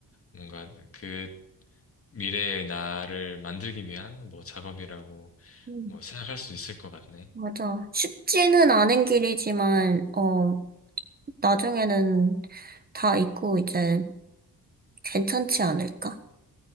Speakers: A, on the left; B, on the right.
A: 뭔가 그 미래의 나를 만들기 위한 뭐 작업이라고
B: 음.
A: 뭐 생각할 수 있을 것 같네.
B: 맞아. 쉽지는 않은 길이지만, 어, 나중에는 다 있고 이제 괜찮지 않을까?